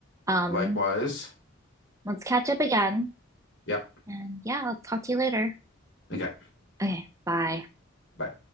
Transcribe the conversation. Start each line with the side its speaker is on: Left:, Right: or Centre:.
Right: Um,
Left: Likewise.
Right: let's catch up again.
Left: Yeah.
Right: And yeah, I'll talk to you later.
Left: Okay.
Right: Okay, bye.
Left: Bye.